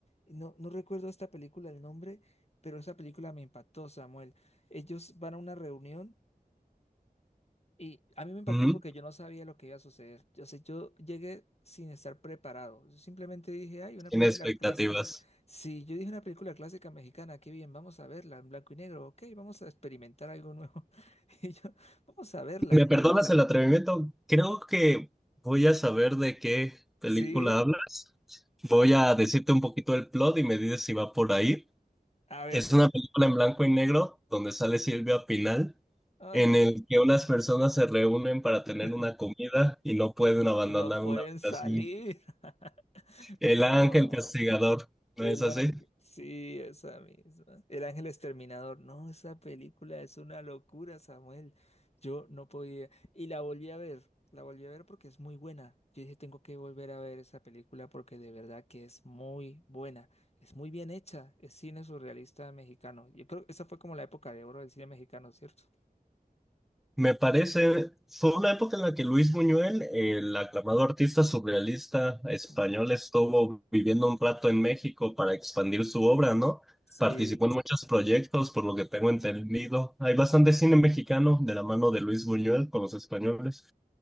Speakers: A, on the left; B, in the centre.
A: No, no recuerdo esta película el nombre, pero esa película me impactó, Samuel. Ellos van a una reunión. Y a mí me impactó
B: Ujú,
A: porque yo no sabía lo que iba a suceder. Yo sé, yo llegué sin estar preparado. Yo simplemente dije, ay, una
B: Sin
A: película
B: expectativas.
A: clásica. Si yo dije una película clásica mexicana, qué bien, vamos a verla en blanco y negro. Ok, vamos a experimentar algo nuevo. <laughs> Y yo, vamos a verla.
B: ¿Me perdonas el atrevimiento? Creo que voy a saber de qué película
A: Sí,
B: hablas. Voy a decirte un poquito el plot y me dices si va por ahí.
A: a ver,
B: Es
A: cuenta.
B: una película en blanco y negro donde sale Silvia Pinal,
A: Ay,
B: en
A: no.
B: el que unas personas se reúnen para
A: <laughs>
B: tener una comida y no pueden abandonar
A: Y no pueden
B: una habitación.
A: salir. <laughs>
B: El
A: No.
B: ángel castigador, ¿no
A: El
B: es así?
A: ángel, sí, esa misma. El ángel exterminador. No, esa película es una locura, Samuel. Yo no podía. Y la volví a ver. La volví a ver porque es muy buena. Yo dije, tengo que volver a ver esa película porque de verdad que es muy buena. Es muy bien hecha. Es cine surrealista mexicano. Yo creo que esa fue como la época de oro del cine mexicano, ¿cierto?
B: Me parece, fue una época en la que Luis Buñuel, el aclamado artista surrealista español,
A: Mm.
B: estuvo viviendo un rato en México para expandir su obra, ¿no?
A: Sí.
B: Participó en muchos proyectos, por lo que tengo entendido. Hay bastante cine mexicano de la mano de Luis Buñuel con los españoles.